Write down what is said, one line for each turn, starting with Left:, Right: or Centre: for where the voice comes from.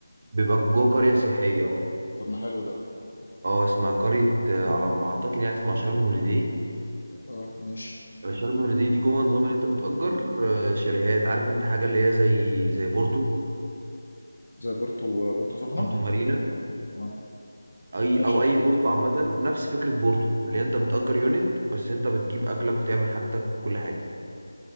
Right: بيبقى جوه قريه سياحيه اه
Left: طب ما حلو ده
Right: اه اسمها
Left: طب-
Right: قريه آه، على ما اعتقد يعني اسمها شرم هوليداي
Left: اه ماشي
Right: آه، شرم هوليداي دي جوه نظام اللي انت بتأجر آه، شاليهات عارف انت حاجه اللي هي زي زي بورتو
Left: زي بورتو آه، بورتو سخنه
Right: بورتو مارينا
Left: اه
Right: اي
Left: ماشي
Right: او اي
Left: أيوة.
Right: بورتو عامه نفس فكره بورتو اللي انت بتأجر يونت بس انت بتجيب اكلك وتعمل حاجتك كل حاجه